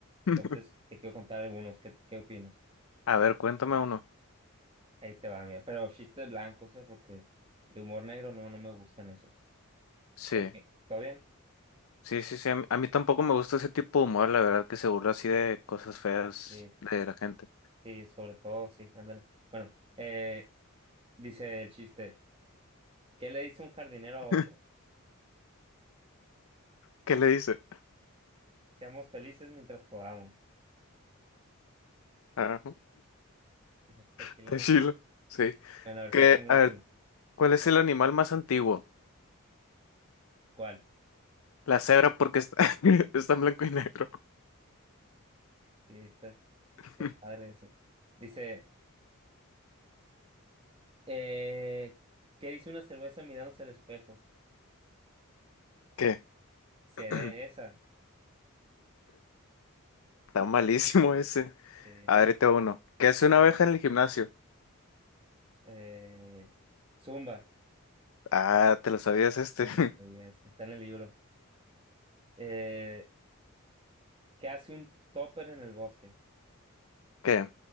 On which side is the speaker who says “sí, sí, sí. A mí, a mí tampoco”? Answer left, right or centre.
Left